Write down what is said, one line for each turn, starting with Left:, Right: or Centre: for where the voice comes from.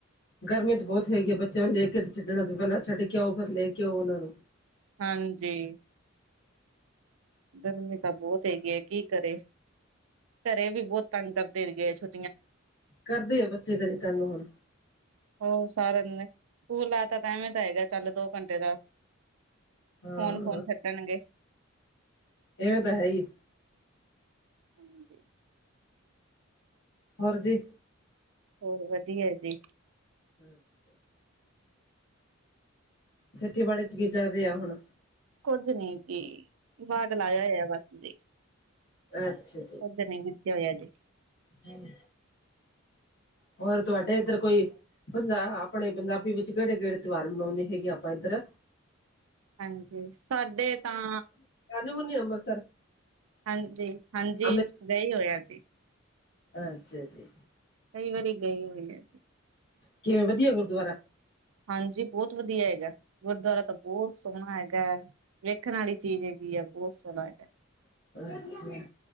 Left: ਗਰਮੀ ਤਾਂ ਬਹੁਤ ਹੈਗੀ ਹੈ, ਬੱਚਿਆਂ ਨੂੰ ਲੈ ਕੇ ਤੇ ਛੱਡਣਾ ਚ ਪਹਿਲਾਂ ਛੱਡ ਕੇ ਆ ਫਿਰ ਲੈ ਕੇ ਆਉ ਉਹਨਾਂ ਨੂੰ।
Right: ਹਾਂਜੀ। ਗਰਮੀ ਤਾਂ ਬਹੁਤ ਹੈਗੀ ਹੈ, ਕੀ ਕਰੇ ਘਰੇ ਵੀ ਬਹੁਤ ਤੰਗ ਕਰਦੇ ਹੈਗੇ ਛੁ
Left: ਕਰਦੇ ਆ ਬੱਚੇ ਘਰੇ ਤੰਗ ਹੁਣ।
Right: ਹੋ ਸਾਰਾ ਦਿਨ ਸਕੂਲ ਆ ਤਾਂ ਟਾਈਮ ਹੀ ਤਾਂ ਹੈਗਾ, ਚੱਲ ਦੋ ਘੰਟੇ ਦਾ।
Left: ਹਾਂ
Right: ਫੋਨ ਫੋਨ ਛੱਡਣਗੇ
Left: ਇਵੇਂ ਤਾਂ ਹੈ ਹੀ।
Right: ਹਾਂਜੀ।
Left: ਹੋਰ ਜੀ।
Right: ਹੋਰ ਵਧੀਆ ਜੀ।
Left: ਅੱਛਾ। ਖੇਤੀਬਾੜੀ ਚ ਕੀ ਚੱਲ ਰਿਹਾ ਹੁਣ।
Right: ਕੁੱਝ ਨੀ ਸੀ ਬਾਗ ਲਾਇਆ ਬਸ ਜ
Left: ਅੱਛਾ
Right: ਕੁਛ ਨਹੀਂ ਬੀਜਿਆ ਹੋਇਆ ਜੀ।
Left: ਹਾਂਜੀ ਹੋਰ ਤੁਹਾਡੇ ਇੱਧਰ ਕੋਈ ਪੰਜਾਬ ਆਪਣੇ ਪੰਜਾਬੀ ਵਿੱਚ ਕਿਹੜੇ ਕਿਹੜੇ ਤਿਉਹਾਰ ਮਨਾਉਂਦੇ ਹੈਗੇ ਆ ਆਪਾਂ ਇੱਧਰ
Right: ਹਾਂਜੀ ਸਾਡੇ ਤਾਂ
Left: ਜਾਂਦੀ ਹੁੰਦੀ ਅੰਮ੍ਰਿਤਸਰ
Right: ਹਾਂਜੀ, ਹਾਂਜੀ
Left: ਅੰਮ੍ਰਿਤ
Right: ਗਏ ਹੋਇਆ ਜੀ।
Left: ਅੱਛਾ ਜੀ।
Right: ਕਈ ਵਾਰੀ ਗਈ ਹੋਈ ਏ
Left: ਕਿਵੇਂ ਵਧੀਆ ਗੁਰਦੁਆਰਾ
Right: ਹਾਂਜੀ ਬਹੁਤ ਵਧੀਆ ਹੈਗਾ, ਗੁਰਦੁਆਰਾ ਤਾਂ ਬਹੁਤ ਸੋਹਣਾ ਹੈਗਾ ਹੈ, ਵੇਖਣ ਵਾਲੀ ਚੀਜ਼ ਹੈਗੀ ਆ ਬਹੁਤ ਸੋਹਣਾ ਹੈ।
Left: ਅਛਾ